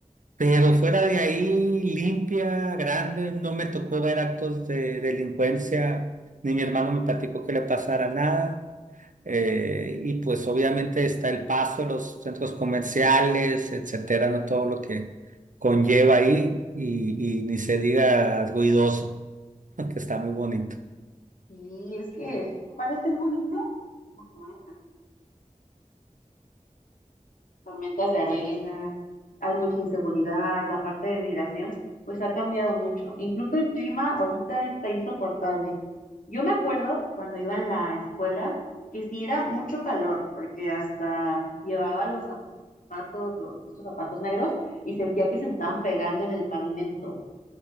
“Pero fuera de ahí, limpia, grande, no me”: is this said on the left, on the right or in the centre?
Right